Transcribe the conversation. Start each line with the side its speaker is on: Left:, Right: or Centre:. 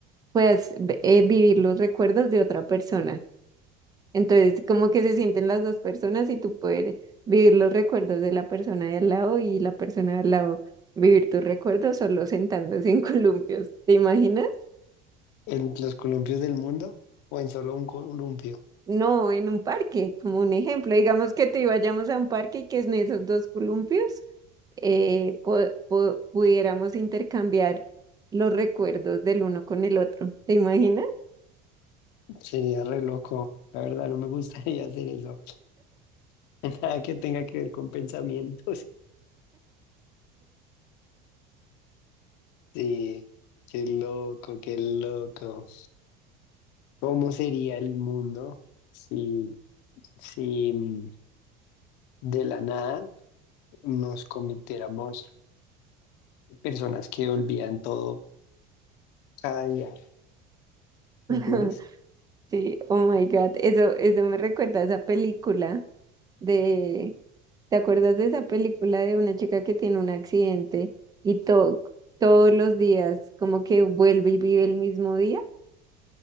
Right: puedas ve- eh, vivir los recuerdos de otra persona. Entonces, como que se sienten las dos personas y tú puedes vivir los recuerdos de la persona de al lado y la persona de al lado vivir tus recuerdos solo sentándose en <laughs> columpios. ¿Te imaginas?
Left: en los columpios del mundo o en solo un columpio.
Right: No, en un parque, como un ejemplo, digamos que te vayamos a un parque y que en esos dos columpios eh, po- po- pudiéramos intercambiar los recuerdos del uno con el otro. ¿Te imaginas?
Left: Sería re loco. La verdad, no me gustaría hacer eso. <laughs> Nada que tenga que ver con pensamientos. <laughs> Sí, qué loco, qué loco. ¿Cómo sería el mundo si, si mm, de la nada nos convirtiéramos en personas que olvidan todo cada día? ¿Me
Right: <laughs>
Left: entiendes?
Right: Sí, oh my God, eso, eso me recuerda a esa película de, ¿te acuerdas de esa película de una chica que tiene un accidente y to- todos los días como que vuelve y vive el mismo día?